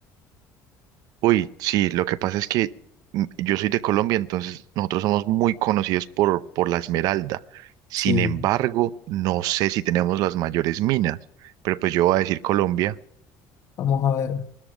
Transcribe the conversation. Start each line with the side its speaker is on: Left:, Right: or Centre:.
Right: Uy, sí, lo que pasa es que mm, yo soy de Colombia, entonces nosotros somos muy conocidos por, por la Esmeralda. Sin
Left: Sí.
Right: embargo, no sé si tenemos las mayores minas, pero pues yo voy a decir Colombia.
Left: Vamos a ver.